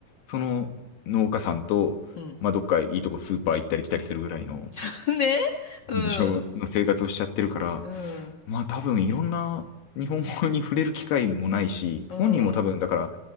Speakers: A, on the left; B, on the left.
A: その農家さんと、
B: うん。
A: まあ、どっかいいとこスーパー行ったり来たりするぐらいの
B: <laughs> ねうん、
A: うん。事情の生活をしちゃってるから、
B: うん、
A: まあ多分いろんな日本語に触れる機会もないし、
B: うん。
A: 本人も多分だから